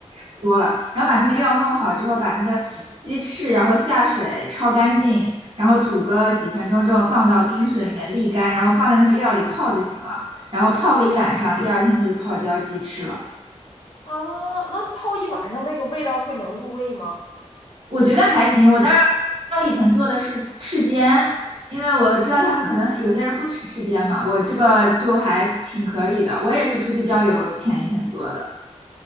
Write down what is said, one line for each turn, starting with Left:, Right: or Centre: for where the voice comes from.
Right: 不多了。然后把那个料弄好之后，把那个鸡翅然后下水焯干净，然后煮个几分钟之后放到冰水里面沥干，然后放在那个料里泡就行了。然后泡个一晚上，第二天就是泡椒鸡翅了。
Left: 啊，那泡一晚上那个味道会能入味吗？
Right: 我觉得还行。我当然，我以前做的是翅尖，因为我知道他们可能有些人不吃翅尖嘛，我这个就还挺可以的。我也是出去郊游前一天做的。